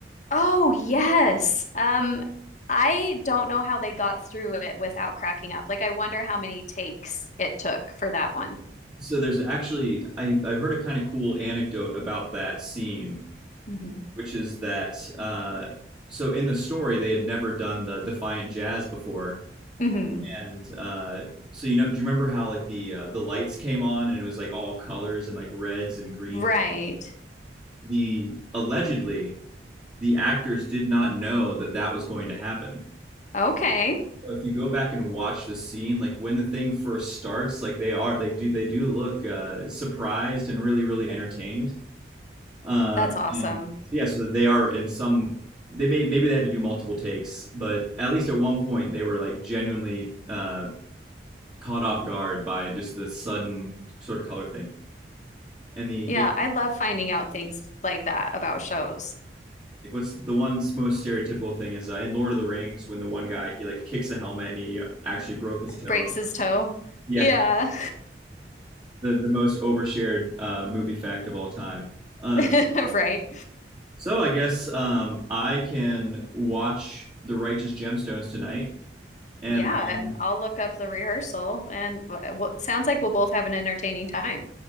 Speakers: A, on the left; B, on the right.
A: Oh, yes. Um, I don't know how they got through it without cracking up. Like, I wonder how many takes it took for that one.
B: So there's actually I, I've heard a kind of cool anecdote about that scene,
A: hmm
B: which is that uh, so in the story they had never done the Defiant Jazz before,
A: hmm
B: and uh, so you know do you remember how like the uh, the lights came on and it was like all colors and like reds and greens.
A: Right.
B: The allegedly the actors did not know that that was going to happen
A: Okay.
B: So if you go back and watch the scene, like when the thing first starts, like they are, they do, they do look uh, surprised and really, really entertained. Um,
A: That's awesome.
B: and so, yeah, so that they are in some, they may maybe they had to do multiple takes, but at least at one point they were like genuinely uh, caught off guard by just the sudden sort of color thing. And the
A: Yeah,
B: the
A: I love finding out things like that about shows.
B: like, what's the one most stereotypical thing is uh, in Lord of the Rings when the one guy he like kicks a helmet and he actually broke his toe.
A: Breaks his toe.
B: Yeah,
A: Yeah.
B: the the most overshared uh, movie fact of all time. Uh,
A: <laughs> Right.
B: so I guess um, I can watch The Righteous Gemstones tonight, and
A: Yeah,
B: then,
A: and I'll look up the rehearsal and w w- sounds like we'll both have an entertaining time.